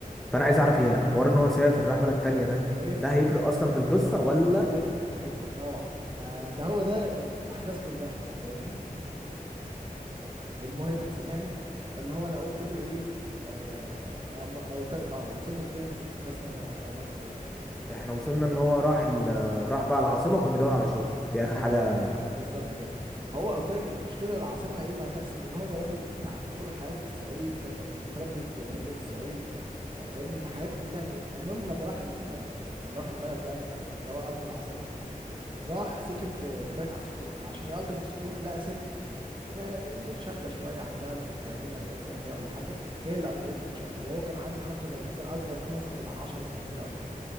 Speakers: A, in the centre; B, on the right (about 35°).
A: فانا عايز اعرف هي حوار ان هو سافر راح بلد تانية ده
B: هيفرق
A: ده هيفرق اصلا في القصه
B: هيفرق
A: ولا
B: هيفرق هيفرق طبعا ده ده هو ده ال- الأحداث كلها فاهمني المهم سامعني فاللي هو أنا قلت له إيه آه أما قلت لك أه وصلنا لفين عشان بس أنا اتلخبطت دلوقتي
A: احنا وصلنا ان هو راح ال... راح بقى العاصمه وكان بيدور على شغل دي اخر
B: ايوه
A: حاجه
B: بالظبط كده فهو قلت لك المشكله العاصمه ايه اللي هتحصل ان هو جا راجل متع... طول حياته في الصعيد فمتربي بتربيه الصعيد آه، فاهمني فحياته كلها كده فالمهم لما راح ال... آه، لما راح البلد يعني اللي هو قصدي العاصمه راح سكن في قلت لك على السطوح فعشان يأجر من السطوح لقى ست آه، يعني نقول شابة شوية عندها مثلا 30 40 سنة كده ولا حاجة هي اللي أجرت له الشقة وهو كان عنده 35 سنة أصغر منها مثلا بتاع 10 سنين كده ولا حاجة